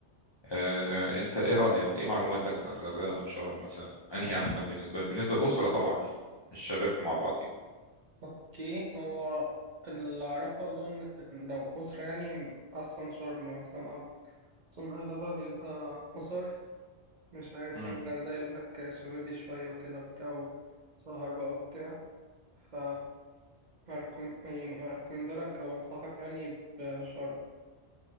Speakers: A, on the left; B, on the right.
A: آه، آه، انت ايه رأيك ايه معلوماتك على الغردقة او شرم مثلا انهي احسن بالنسبة بالنسبة للأسرة طبعا يعني الشباب مع بعضهم
B: اوكي هو اللي اعرفه اظن إن لو اسرة يعني احسن شرم مثلا اظن اغلبها بيبقى اسر مش عارف
A: امم
B: في الغردقة يقول لك شبابي شوية وكده بتاع سهر بقى وبتاع ف أركم... يعني أركمندلك أو أنصحك يعني بشرم